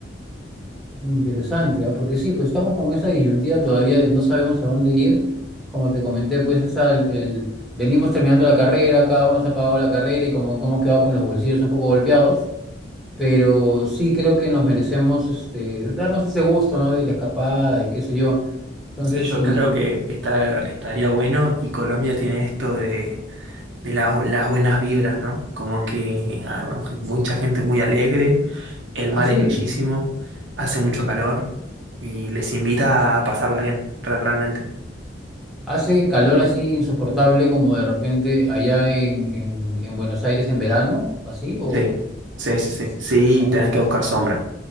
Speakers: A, in the centre; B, on the right (about 75°).
A: interesante, ah, Porque sí, pues estamos con esa disyuntiva todavía de no sabemos a dónde ir. Como te comenté, pues esa, el, el- venimos terminando la carrera, cada uno se ha pagado la carrera y como, como hemos quedado con los bolsillos un poco golpeados. Pero sí creo que nos merecemos este, darnos ese gusto, ¿no? De la escapada y qué sé yo. Entonces,
B: Sí, yo
A: sí,
B: creo que, que está, estaría bueno y Colombia tiene esto de, de la- las buenas vibras, ¿no? Como que ah, mucha gente muy alegre, el
A: así.
B: mar es bellísimo, hace mucho calor y les invita a pasarla bien, re- realmente.
A: Hace calor así insoportable como de repente allá en, en, en Buenos Aires en verano, así o...
B: Sí, sí, sí, sí. Sí,
A: Ah,
B: tenés que buscar sombra.